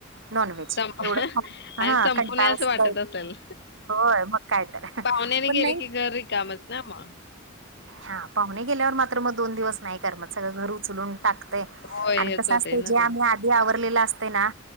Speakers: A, on the right; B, on the left.
A: नॉनव्हेज
B: संप
A: एवढं खाऊन
B: आणि
A: हा
B: संपूनय
A: कंटाळा
B: असं
A: सुद्धा
B: वाटत
A: येत,
B: असेल
A: होय मग काय तर,
B: पाहुण्याने
A: पण
B: गेले
A: नाही
B: की घर रिकामच ना मग.
A: हा पाहुणे गेल्यावर मात्र मग दोन दिवस नाही करमत सगळं घर उचलून टाकतय.
B: होय
A: आणि
B: हेच
A: कसं
B: होतय
A: असतय
B: ना
A: जे
B: ते
A: आम्ही आ जे आवरलेलं असतय ना,